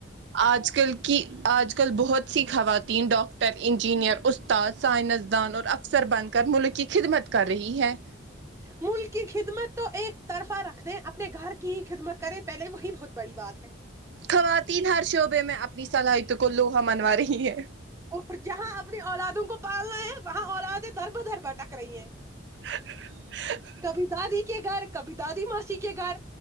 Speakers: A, on the right; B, on the right.
A: آج کل کی آج کل بہت سی خواتین ڈاکٹر انجینئر اس تاذ سائنسدان اور افسر بن کر ملک کی خدمت کر رہی ہیں
B: ملک کی خدمت تو ایک طرفہ رکھ دیں اپنے گھر کی ہی خدمت کریں پہلے وہی بہت بڑی بات ہے
A: خواتین ہر شعبے میں اپنی صلاحیتوں کو لوہا منوا رہی ہیں
B: اور جہاں اپنی اولادوں کو پالنا ہے وہاں اولادیں در بہ در بھٹک رہی ہیں
A: <inaudible>
B: کبھی دادی کے گھر کبھی دادی ماسی کے گھر